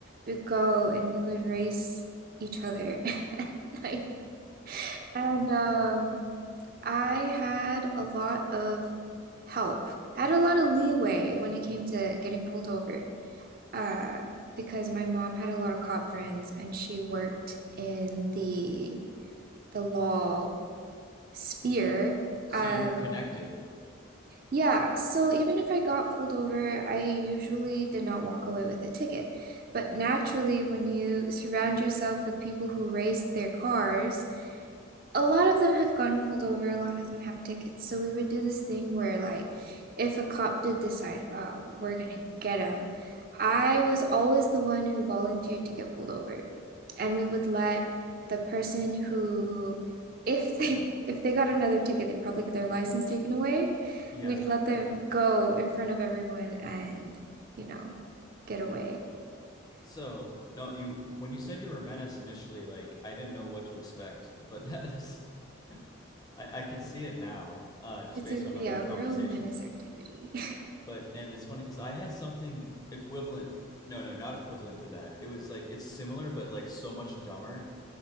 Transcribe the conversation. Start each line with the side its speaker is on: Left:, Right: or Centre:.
Right: would go and we would race each other <laughs> at night. And um, I had a lot of help. I had a lot of leeway when it came to getting pulled over. uh, because my mom had a lot of cop friends and she worked in the the law sphere.
Left: So
Right: Um,
Left: you were connected.
Right: yeah, so even if I got pulled over, I usually did not walk away with a ticket. But naturally, when you surround yourself with people who race their cars, a lot of them have gotten pulled over, a lot of them have tickets. So we would do this thing where, like, if a cop did decide, oh, we're gonna get him, I was always the one who volunteered to get pulled over. And we would let the person who, if they if they got another ticket, they probably get their license taken away.
Left: Yeah.
Right: We'd let them go in front of everyone and, you know, get away.
Left: So no, you when you said you were Menace initially, like I didn't know what to expect, but <laughs> that is I, I can see it now, uh, just
Right: It's
Left: based
Right: a
Left: on
Right: yeah,
Left: other conversations.
Right: a real menace activity. <laughs>
Left: But and it's funny because I had something equivalent. No, no, not equivalent to that. It was like it's similar, but like so much dumber.